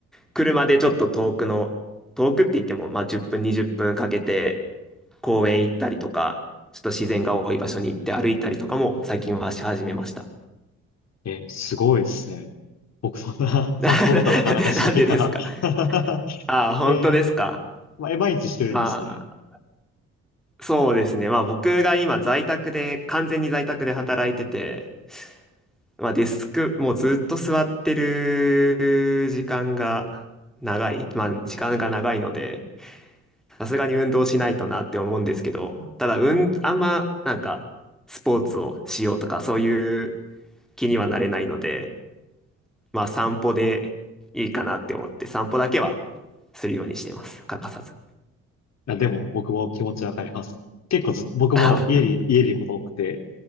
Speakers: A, in the centre; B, on the left.
A: 車でちょっと遠くの、遠くって言っても、まあ10分、20分かけて公園行ったりとか、ちょっと自然が多い場所に行って歩いたりとかも最近はし始めました。
B: え、すごいですね。僕そんな
A: <laughs>
B: <laughs>
A: なんでですか
B: 散歩とかなかなかしないから <laughs>
A: あ、本当ですか
B: えーまあえ、毎日してるんですね。
A: まあ、そうですね。まあ僕が今在宅で、完全に在宅で働いてて、まあデスク、もうずっと座ってる時間が長い。まあ時間が長いので、さすがに運動しないとなって思うんですけど、ただ、うん、あんまなんかスポーツをしようとかそういう気にはなれないので、まあ散歩でいいかなって思って、散歩だけはするようにしてます。欠かさず。
B: や、でも僕も気持ちわかります。結構ず、僕も家に、
A: <laughs>
B: 家にいること多くて、